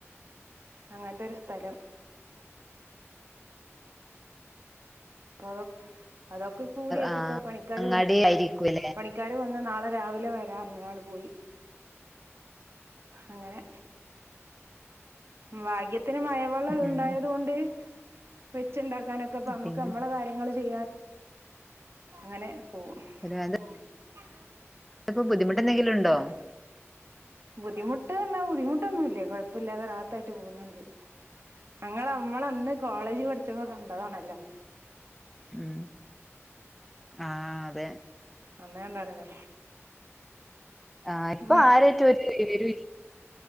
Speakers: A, on the right; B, in the centre.
A: അങ്ങനത്തെ ഒരു സ്ഥലം പൊ അതൊക്കെ കൂടിയായിട്ട്
B: ആഹ്
A: ഇപ്പൊ പണിക്കാർ
B: അങ്ങാടി ആയിരിക്കുംല്ലേ
A: പണിക്കാാര് വന്ന് നാളെ രാവിലെ പറഞ്ഞ് അങ്ങ് പോയി, അങ്ങനെ ഭാഗ്യത്തിന് മഴവെള്ളം ഉണ്ടായത്
B: ഉം
A: കൊണ്ട് വെച്ച് ഉണ്ടാക്കാനൊക്കെ നമക്ക്
B: പിന്നെ
A: നമ്മ കാര്യങ്ങള് ചെയ്യാൻ അങ്ങനെ പോവാ
B: ഒരുമാതിരി
A: <unintelligible>
B: പ്പോ ബുദ്ധിമുട്ട്, ഉണ്ടോ
A: ഏഹ് ബുദ്ധിമുട്ട് ന്നാ ബുദ്ധിമുട്ടൊന്നുല്ല കൊഴപ്പല്യാതെ റാഹത്തായിട്ട് പോകുന്നുണ്ട്. ങ്ങള് അമ്മള് അന്ന് കോളേജ് പഠിച്ചപ്പോ കണ്ടതാണല്ലോ.
B: ഉം ആഹ്. അതെ
A: അന്നണ്ടാണലോ.
B: ആന് ഇപ്പൊ
A: ആ.
B: ആരാട്ടും ഒരു വിവരൂല.